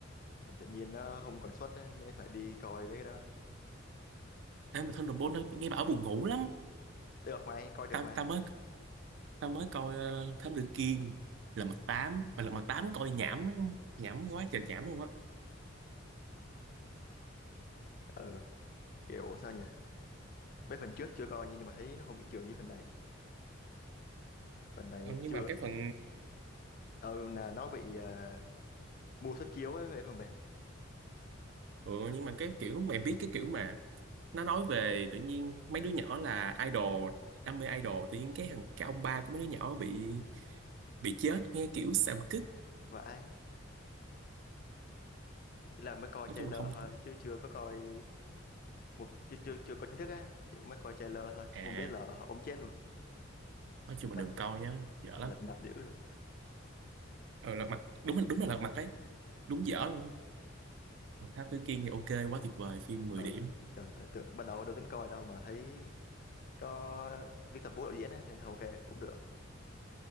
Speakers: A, on the left (about 45°); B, on the right (about 65°).
A: Mà tự nhiên nó không còn suất á mới phải đi coi với cái đó
B: ê mà Thunderbolt nó nghe bảo buồn ngủ lắm
A: Được mày, coi được
B: tao
A: mà.
B: tao mới tao mới coi ờ, Thám Tử Kiên Lật Mặt Tám mà Lật Mặt Tám coi nhảm nhảm quá trời nhảm luôn á
A: Ừ, kiểu sao nhỉ? Mấy phần trước chưa coi nha, nhưng mà thấy nó không bị trường như phần này. Phần này
B: Ờ, nhưng
A: chưa.
B: mà cái phần
A: Ừ là nó bị ờ, mua suất chiếu ấy vậy mà mày.
B: ừ, nhưng mà cái kiểu mày biết cái kiểu mà nó nói về tự nhiên mấy đứa nhỏ là idol đam mê idol tự nhiên cái thằng cái ông ba của mấy đứa nhỏ bị bị chết nghe kiểu xàm kích
A: Vãi, là mới coi
B: nói
A: trailer
B: chung là không
A: thôi chứ chưa có coi một chưa chưa chưa coi chính thức á, chỉ mới coi trailer thôi chứ
B: à
A: không biết là ông chết luôn.
B: nói chung
A: Lật
B: là đừng coi nhá dở lắm
A: lật mặt dữ luôn.
B: ờ lật mặt đúng là đúng là lật mặt đấy đúng dở luôn còn Thám Tử Kiên thì ok quá tuyệt vời phim 10
A: Ừ,
B: điểm
A: trời ơi, tưởng ban đầu đâu tính coi đâu mà thấy có Viết Tập Vũ đạo diễn á nên hầu kề cũng được.